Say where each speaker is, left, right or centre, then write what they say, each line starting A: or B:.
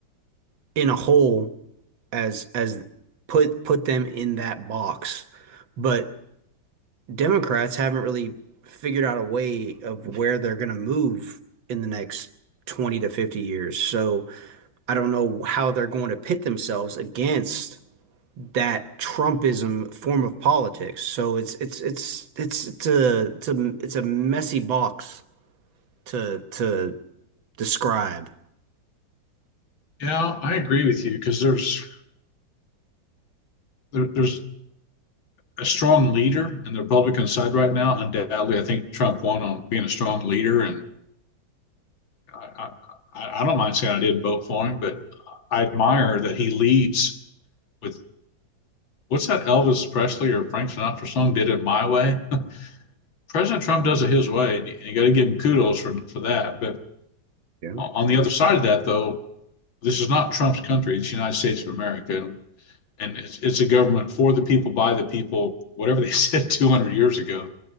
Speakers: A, on the right; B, on the left.
A: in a whole as as put put them in that box. But Democrats haven't really figured out a way of where they're going to move in the next 20 to 50 years. So I don't know how they're going to pit themselves against that Trumpism form of politics. So it's it's it's it's it's a it's a it's a messy box to to describe.
B: Yeah, I agree with you because there's there, there's a strong leader in the Republican side right now. Undoubtedly, I think Trump won on being a strong leader, and I I, I don't mind saying I didn't vote for him, but I admire that he leads with what's that Elvis Presley or Frank Sinatra song? Did it my way. <laughs> President Trump does it his way, and you, you got to give him kudos for for that. But
A: Yeah.
B: on the other side of that, though, this is not Trump's country. It's the United States of America. and it's, it's a government for the people, by the people, whatever they <laughs> said 200 years ago.